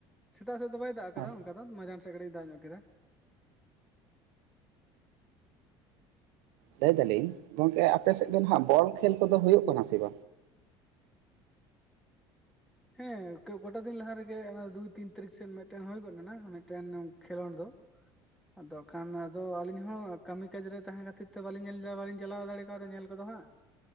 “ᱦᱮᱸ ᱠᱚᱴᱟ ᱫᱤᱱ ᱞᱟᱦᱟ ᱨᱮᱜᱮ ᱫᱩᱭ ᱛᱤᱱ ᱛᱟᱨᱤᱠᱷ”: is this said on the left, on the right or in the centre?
Centre